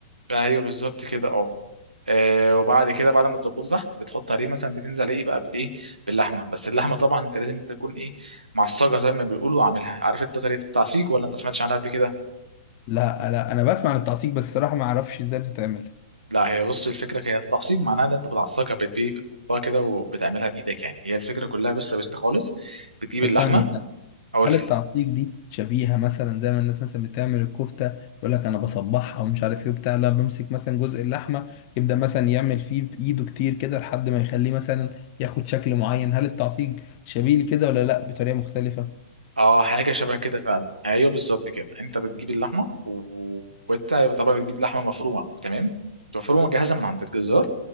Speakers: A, on the right; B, on the left.
A: ايوه بالظبط كده اه آه، وبعد كده بعد ما تظبطه تحت بتحط عليه مثلا بتنزل ايه بقى بالايه باللحمه بس اللحمه طبعا انت لازم تكون ايه معصجه زي ما بيقولوا عاملها عارف انت طريقه التعصيج ولا انت سمعتش عنها قبل كده
B: لا لا انا بسمع عن التعصيب بس الصراحه ما اعرفش ازاي بتتعمل
A: لا هي بص الفكره هي التعصيب معناها ان انت بتعصقها بتبي بتحطها كده وبتعملها بايدك يعني هي الفكره كلها بس بسيطه خالص بتجيب
B: طب
A: اللحمه
B: ثانيه ثانيه
A: اقول
B: هل التعصيب دي شبيهة مثلا زي ما الناس مثلا بتعمل الكفتة يقول لك أنا بصبحها ومش عارف إيه وبتاع لا بمسك مثلا جزء اللحمة يبدأ مثلا يعمل فيه بإيده كتير كده لحد ما يخليه مثلا ياخد شكل معين هل التعصيب شبيه لكده ولا لأ بطريقة مختلفة؟
A: اه حاجه شبه كده فعلا ايوه بالظبط كده انت بتجيب اللحمه و- وانت طبعا بتجيب لحمه مفرومه تمام مفرومه جاهزه من عند الجزار